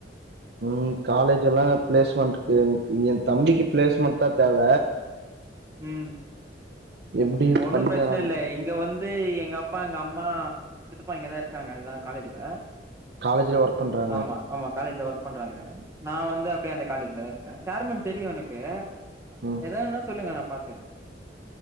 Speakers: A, on the right; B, on the right.
A: உம் காலேஜ் எல்லா பிளேஸ்மெண்ட்க்கு என் தம்பிக்கு பிளேஸ்மெண்ட்தா தேவ
B: உம்
A: எப்டி
B: ஒன்னு
A: பண்ணி
B: பிரச்சன
A: தராங்க
B: இல்லை இங்க வந் து எங்க அப்பா எங்க அம்மா சித்தப்பா இங்கதா இருக்காங்க எல்லா காலேஜ்ல
A: காலேஜ்ல ஒர்க் பண்றாங்க
B: ஆம்மா ஆம்மா காலேஜ்ல வொர்க் பண்றாங்க நா வந்து அப்படியே அந்த காலேஜ்லதா இருக்க சேர்மன் தெரியு எனக்கு
A: ம்
B: எதாவதுனா சொல்லுங்க பாத்திர்ர